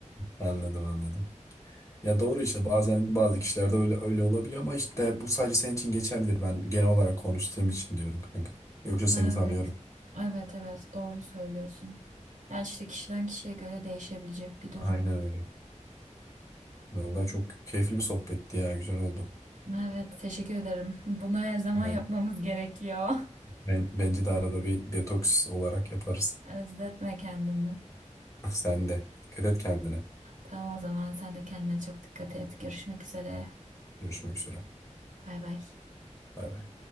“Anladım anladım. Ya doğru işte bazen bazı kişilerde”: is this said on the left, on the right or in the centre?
Left